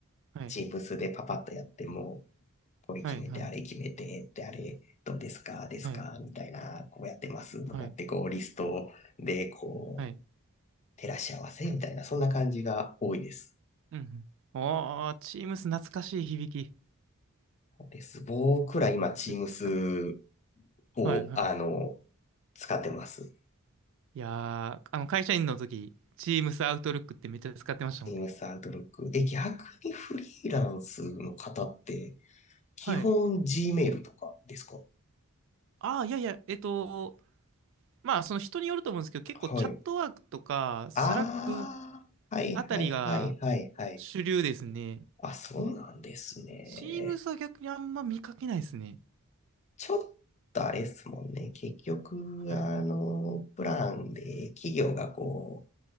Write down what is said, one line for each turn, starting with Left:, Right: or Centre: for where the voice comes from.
Right: はい、
Left: チームスでパパッとやって、もう、決めて、
Right: はい、はい、
Left: あれ決めて、ってあれ、どうですか、ですか、
Right: はい、
Left: みたいな、こうやってますとかって、
Right: はい、
Left: こう、リストで、こう、
Right: はい。
Left: 照らし合わせみたいな、そんな感じが多いです。
Right: うん。うんおー、チームス懐かしい響き。
Left: です。僕ら今、
Right: めっちゃ使っ、
Left: Teams を、
Right: はい、はい。
Left: あの、使ってます。
Right: いやー、あの、会社員の時、チームスアウトルックってめっちゃ使ってましたもんね。
Left: Teams Outlook。え、逆にフリーランスの方って、基本
Right: はい。
Left: Gmail とかですか
Right: ああ、いやいや、えっと、まあ、その人によると思うんですけど、結構チャットワークとか、
Left: はい。
Right: スラック
Left: ああ、はいはいはいはいはい。
Right: あたりが主流ですね。
Left: あ、そうなんですね。
Right: チームスは逆にあんま見かけないですね。
Left: ちょっとあれですもんね。結局、
Right: はい
Left: あの、プランで企業がこ